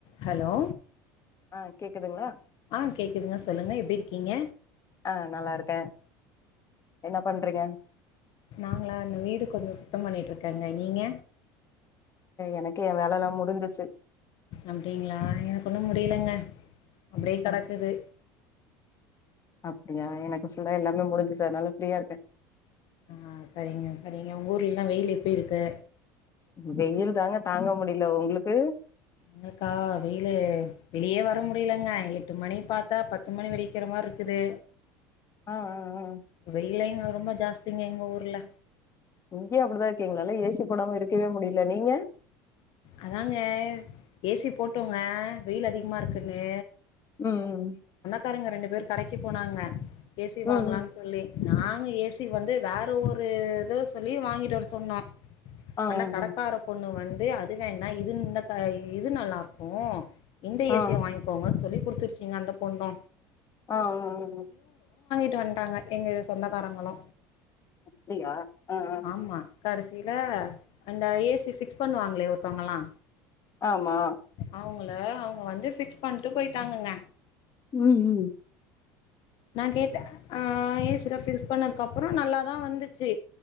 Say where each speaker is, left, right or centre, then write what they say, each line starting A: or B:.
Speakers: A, on the left; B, on the left.
A: Hello
B: ஆ கேக்குதுங்ளா
A: ஆ கேக்குதுங்க சொல்லுங்க எப்டி இருக்கீங்க
B: ஆ நல்லா இருக்கே என்ன பண்றீங்க
A: நாங்களா இந்த வீடு கொஞ்சோ சுத்தம் பண்ணிட்டு இருக்கங்க நீங்க
B: எனக்கே எ வேலல்லா முடிஞ்சிச்சி
A: அப்டிங்களா எனக்கு இன்னு முடியலங்க அப்டியே கடக்குது
B: ம் அப்டியா எனக்கு ஃபுல்லா எல்லாமே முடிஞ்சுது அதனால ஃப்ரீயா இருக்கே
A: ஆ சரிங்க சரிங்க உங்க ஊர்லல்லா வெயில் எப்டி இருக்கு
B: வெயில் தாங்க தாங்க முடில உங்குளுக்கு
A: எங்களுக்கா வெயிலு வெளியே வர முடியலங்க எட்டு மணி பாத்தா பத்து மணி வெடிக்கிற மாரி இருக்குது
B: ஆ ஆ ஆ
A: வெயிலு இங்க ரொம்ப ஜாஸ்திங்க எங்க ஊர்ல
B: இங்கயு அப்டிதா இருக்கு எங்களால ஏ சி போடாம இருக்கவே முடியல நீங்க
A: அதாங்க ஏ சி போட்டோங்க வெயில் அதிகமா இருக்குன்னு
B: உம் ம்
A: பாருங்க ரெண்டு பேர் கடைக்கு போனாங்க ஏ சி வாங்கலான்னு
B: ம்
A: சொல்லி நாங்க ஏ சி வந்து வேற ஒரு இதோ சொல்லி வாங்கிட்டு வர சொன்னோம்
B: ம்
A: அந்த கடக்கார
B: ம்
A: பொண்ணு வந் து அது வேணா இது இந்த இது நல்லா இருக்கு இந்த
B: ஆ ஆ
A: ஏ சி-ய வாங்கிகோங்கன் சொல்லி் கொடு ச்சுங்க அந்த பொண்ணு
B: ஆ ஆ
A: டு வந்ட்டாங்க எங்க சொந்தக்காரங்களு
B: அப்டியா ஆ ஆ
A: ஆமா கடைசில அந்த ஏ சி ஃபிக்ஸ் பண்ணுவாங்களே ஒருத்தவங்களா
B: ஆமா
A: அவங் கள அவங்க வந்து ஃபிக்ஸ் பண்ட்டு போயிட்டாங்கங்க
B: ம் ம்
A: நா கேட்டே ஆ ஏ சி-லா ஃபிக்ஸ் பண்ணதுக்கு அப்புறம் நல்லாதா வந்துச்சு